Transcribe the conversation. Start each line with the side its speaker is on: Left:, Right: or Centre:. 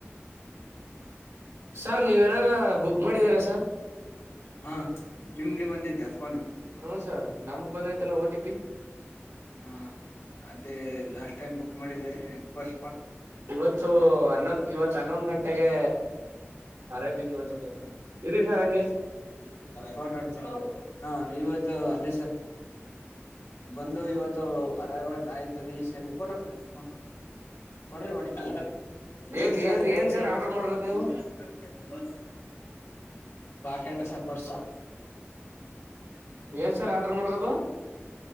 Left: ಹ
Right: ಸರ್ ನೀವೇನಾರ ಬುಕ್ ಮಾಡಿದಾರಾ ಸ
Left: ಹಾ ನಿಮ್ಗೆ ಬಂದಿದ್ದ್ಯಾ ಫೋನು
Right: ಹ್ಮ ಸರ್ ನಮಗ್ ಬಂದೈ್ತಲ್ಲ ಓ ಟಿ ಪಿ
Left: ಹಾ ಅದೇ ಲಾಸ್ಟ್ ಟೈಮ್ ಬುಕ್ ಮಾಡಿದೆ ಬರ್
Right: ಇವತ್ತು ಹನ್ನೊಂದ ಇವತ್ ಹನ್ನೊಂದ ಗಂಟೆಗೆ ಅರೈವಿಂಗ್ ಒಂದಸ ಇರೀ ಸಾರ್ ಹಂಗೆ
Left: ಫೋಟೋ ಹೊಡಿತೀನಿ ಹಾ ಇವತ್ತು ಅದೇ ಸರ್ ಬಂದವು ಇವತ್ತು ಅರ ಯ್ದ ಇಷ್ಟ ಕೊಟ ಕೊಡ್ರಿ ನ್ ಕೊ ಕೊ್ರಿ ಹೊ <unintelligible> ನೀನ್ಿರಿ
Right: ಏನ್ ಏನ್ ಏನ್ ಸರ್
Left: <unintelligible>
Right: ಆರ್ಡರ್ ಮಾಡಿರೋದು ನೀವು
Left: ಬಾಕಟ್ಟ ಸ ಪರ್ಸು
Right: ಏನ್ ಸರ್ ಆರ್ಡ್ರ ಮಾಡರೋದು